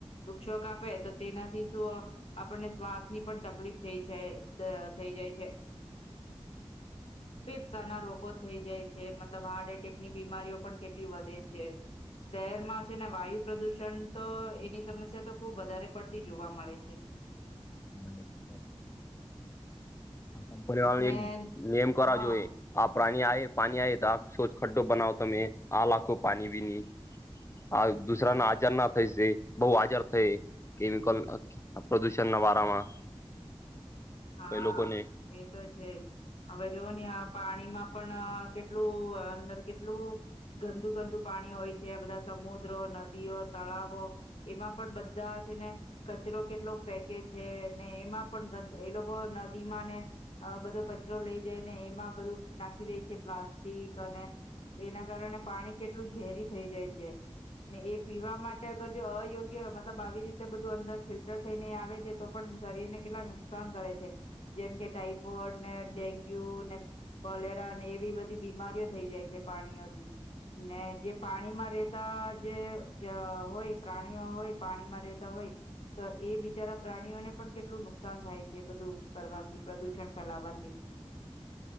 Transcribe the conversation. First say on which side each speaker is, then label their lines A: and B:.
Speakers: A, on the left; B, on the left.
A: વૃક્ષોક આપે તો તેનાથી શું આપણને શ્વાસની પણ તકલીફ થઈ જાય થઈ જાય છે ફેફસાના રોગો થઈ જાય છે મતલબ હાર્ટ એટેકની બીમારીઓ પણ કેટલી વધે છે શહેરમાં વાયુ પ્રદૂષણ તો એની સમસ્યા તો ખુબ વધારે પડતી જોવા મળે છે
B: હ આ કંપની વાળાની
A: ને
B: એક નેમ કરવા
A: હા
B: જોઈએ આ પ્રઇ પા પાણી આવે તો આ સો ખડ્ડો બનાવ તમે આ લખો પાણી બીની આ દુસરા ના આજાર ના થાયશે બહ આજાર થાય કેમિકલ પ્રદુષણ ના વારામાં
A: હા
B: કઈ લોકોને
A: હા એ તો છે જ હવે જોવ ને આ પાણીમાં પણ કેટલું અંદર કેટલું ગંદુ ગંદુ પાણી હોય છે બધા સમુદ્રો નદીઓ તળાવો એમાં પણ બધા છે ને કચરો કેટલો ફેંકે છે ને એમાં પણ એ નદીમાં ને બધો કચરો લઈ જાય ને એમાં બધું નાખી દે છે પ્લાસ્ટિક અને એના કારણે પાણી કેટલું ઝેરી થઈ જાય છે ને એ પીવા માટે અગર જો અયોગ્ય મતલબ આવી રીતે બધું અંદર ફિલ્ટર થઈને આવે છે તો પણ શરીર ને કેટલા નુકસાન કરે છે જેમ કે ટાઈફોઇડ ને ડેન્ગ્યુ ને કલેરા ને એવી બધી બીમારીઓ થઈ જાય છે પ્રાણીઓથી ને જે પાણીમાં રેતા જે હોય પ્રાણીઓ હોય પાણીમાં રેતા હોય તો એ બિચારા પ્રાણીઓને પણ કેટલું નુકસાન થાય છે કરવાથી પ્રદૂષણ ફેલાવાથી